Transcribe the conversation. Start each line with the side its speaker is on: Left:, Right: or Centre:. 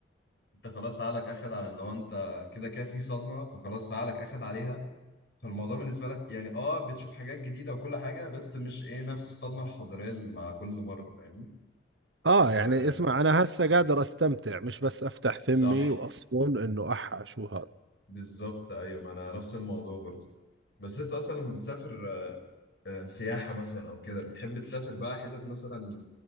Left: انت خلاص عقلك اخد على لو انت كده كده في صدمه فخلاص عقلك اخد عليها فالموضوع بالنسبه لك يعني اه بتشوف حاجات جديده وكل حاجه بس مش ايه نفس الصدمه الحضاريه اللي مع كل مره فاهمني
Right: اه
Left: آه
Right: يعني اسمع انا هسه قادر استمتع مش بس افتح ثمي
Left: صح
Right: واصفن انه احا شو هذا
Left: بالظبط ايوه ما انا نفس الموضوع برضه بس انت اصلا لما بتسافر آه، سياحه مثلا او كده بتحب تسافر بقى حتت مثلا